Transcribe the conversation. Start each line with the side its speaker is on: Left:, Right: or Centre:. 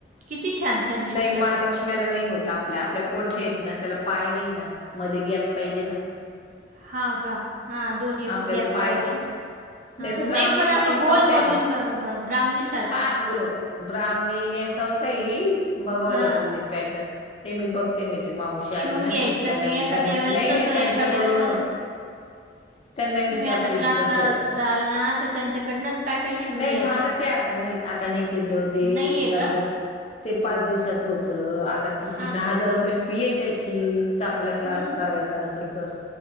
Right: किती छान छान शिवता
Left: नाही महालक्ष्मी्याला
Right: लोक
Left: नाही होता आपल्या आपल्या कोठ्या आहेत ना त्याला पाय नाही ना मध्ये गॅप पाहिजे ना
Right: हां का हा दोन्ही
Left: आपल्याला
Right: गॅप
Left: पाय
Right: पाहिजे अस ह
Left: तर ब्राह्मणी
Right: नाही पण अस
Left: नेसवताय
Right: गोलमधून ब्राम्हणीस
Left: हा <inaudible> ब्राह्मणी नेसवता येईल येईल बघावं
Right: हा
Left: लागेल ते पॅटर्न ते मी बघते मी ते मावशी
Right: शिवून
Left: आली ना
Right: घ्यायचं
Left: ती त्यांना
Right: आणि एखाद्या
Left: त्यां
Right: वेळेस
Left: नाही
Right: तसं
Left: नाही
Right: एखाद्या
Left: त्यांच्याकडून
Right: वेळेस असं
Left: त्यांना
Right: तुम्ही
Left: विचारते
Right: आता
Left: मी
Right: क्लासला
Left: कसं
Right: जाल ना तर त्यांच्याकडनंच पॅटर्न शिवून
Left: नाही
Right: घ्यायचं.
Left: झालं ते आता नाही आता नाही तेेत दे
Right: नाही
Left: एकाद
Right: आहे का
Left: ते पाच दिवसाचं होतं त्या किती
Right: हा
Left: दहा
Right: का
Left: हजार रुपये फी आहे त्याची चांगलला क्लास
Right: हम्म.
Left: करायचा असेल तर